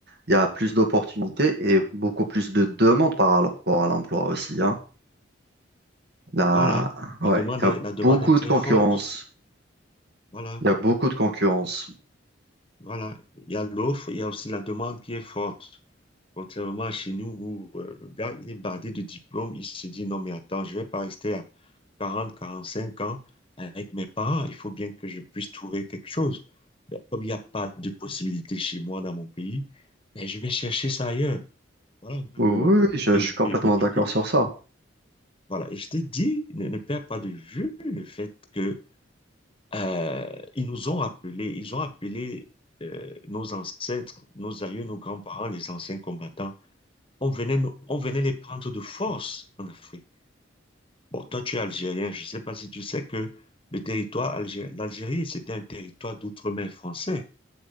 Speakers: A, on the right (about 55°); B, on the left (about 25°).
A: il y a plus d'opportunités et beaucoup plus de demandes par rapport à l'emploi aussi, hein. Là,
B: Voilà,
A: ouais,
B: la demande
A: il
B: est,
A: y a
B: la demande
A: beaucoup
B: est très
A: de concurrence.
B: forte. Voilà,
A: Il y a beaucoup de concurrence.
B: voilà. Il y a l'offre, il y a aussi la demande qui est forte. Contrairement à chez nous où euh, le gars, il est bardé de diplôme, il se dit non, mais attends, je ne vais pas rester à quarante quarante-cinq ans avec mes parents. Il faut bien que je puisse trouver quelque chose. Ben, comme il n'y a pas de possibilité chez moi dans mon pays, ben, je vais chercher ça ailleurs. Voilà un peu
A: Oui,
B: le.
A: oui, oui, je,
B: Et,
A: je suis complètement
B: et-
A: d'accord
B: et- et-
A: sur ça.
B: voilà. Et je t'ai dit, ne, ne perds pas de vue le fait que Euh, ils nous ont rappelé, ils ont appelé euh, nos ancêtres, nos aïeux, nos grands-parents, les anciens combattants. On venait, nous- on venait les prendre de force en Afrique. Bon, toi, tu es algérien, je ne sais pas si tu sais que le territoire algérien, l'Algérie, c'était un territoire d'outre-mer français